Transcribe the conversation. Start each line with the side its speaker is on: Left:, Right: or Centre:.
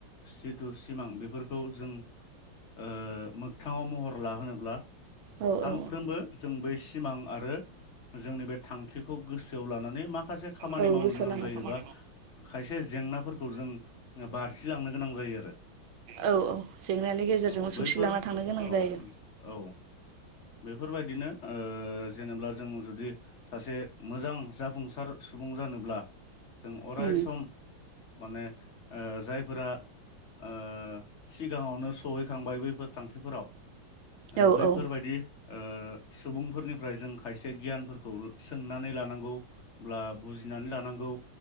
Left: जिथु सिमां बेफोरखौ जों ओ मोगथाङाव महर लाहोनोब्ला
Right: औ
Left: सानफ्रोमबो
Right: औ
Left: जों बै सिमां आरो जोंनि बे थांखिखौ गोसो गोसोआव लानानै माखासे खामानि
Right: औ
Left: मावनो
Right: गोसो
Left: गोनां
Right: लानांगौ
Left: जायोबा खायसे जेंनाफोरखौ खौ जों बारसिलांनो गोनां जायो आरो
Right: औ औ जेंनानि गेजेरजों
Left: औ
Right: सौसिलांना
Left: बैफोर
Right: थांनो गोनां
Left: औ
Right: जायो
Left: औ बेफोरबायदिनो ओ जेनेब्ला जों जुदि सासे मोजां जाफुंसार सुबुं जानोब्ला जों अराय
Right: उम
Left: सम माने ओ जायफोरा ओ सिगाङावनो सहैखांबाय बैफोर थांखिफोराव
Right: औ
Left: ओ बैफोरबायदि
Right: औ
Left: ओ सुबुंफोरनिफ्राय जों खायसे गियानफोरखौ सों नानै लानांगौ अब्ला बुजिनानै लानांगौ